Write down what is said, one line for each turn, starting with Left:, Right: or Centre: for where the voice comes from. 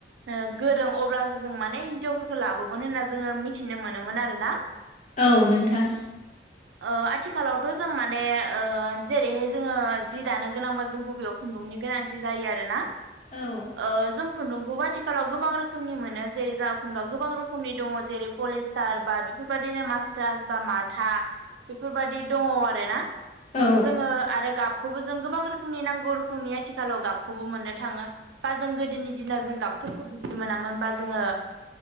Right: ओ गोरों अब्लासो जों माने हिनजावफोरखौ लाबोन होनना जोङो मिथिनो मोनोमोन आरोना ।
Left: औ नोंथां
Right: ओ आथिखालाव थ' जों माने ओ जेरैहाय जोङो जि दानो गोनांबा जों गुबबेयाव खुन्दुंनि गोनांथि थि जायो आरो ना
Left: औ
Right: ओ जों खुन्दुंखौबो आथिखालाव गोबां रोखोमनि मोनो जेरै जोंहा खुन्दुआ गोबां रोखोमनि दङ' जेरै पलेज थार बा बेफोरबायदिनो मास्टारस बा माथा बेफोरबायदि दङ' आरोना
Left: औ
Right: जोङो आरो गाब खौबो जों गोबां रोखोमनि नांगौ रोखोमनि आथिखालाव गाबखौबो मोननो थाङो बा जों गोदोनि दिनाव जों गाबफोरखौ बिदि मोनामोन बा जोङो